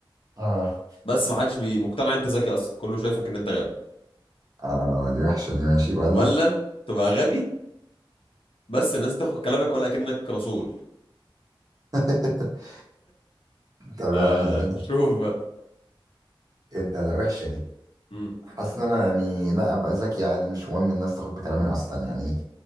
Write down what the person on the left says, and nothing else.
بس محدش بي- مقتنع انت ذكي اصلا كله شايفك ان انت غبي
ولا تبقى غبي بس الناس بتاخد كلامك ولا كأنك رسول
آه
شوف
مم.